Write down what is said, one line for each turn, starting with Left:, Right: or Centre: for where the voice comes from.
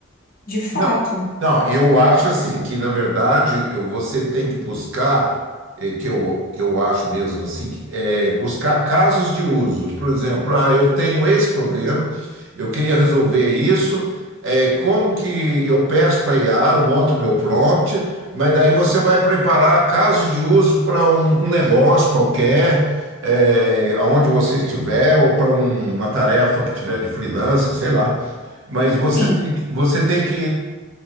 Left: De fato.
Right: Não, não, eu acho assim que, na verdade, eu- você tem que buscar, eh, que eu, que eu acho mesmo assim, que, eh, buscar casos de uso. Por exemplo, ah, eu tenho esse problema, eu queria resolver isso, eh, como que eu peço para IA, eu monto meu prompt, mas daí você vai preparar casos de uso para um, um negócio qualquer, eh, aonde você estiver, ou para um- uma tarefa que tiver de freelance, sei lá. Mas você
Left: Sim,
Right: tem que, você tem que